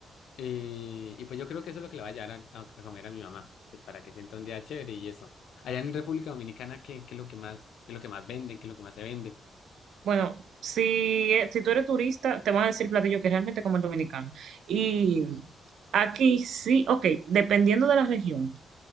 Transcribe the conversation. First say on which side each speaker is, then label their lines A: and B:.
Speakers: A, on the left; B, on the right.
A: Y, y pues yo creo que eso es lo que le voy a llevar a, a- a comer a mi mamá, pues para que sienta un día chévere y eso. Allá en República Dominicana, ¿qué, qué es lo que más, qué es lo que más venden, qué es lo que más se vende?
B: Bueno, si, eh, si tú eres turista, te van a decir platillo que es realmente como el dominicano. Y aquí sí, ok, dependiendo de la región,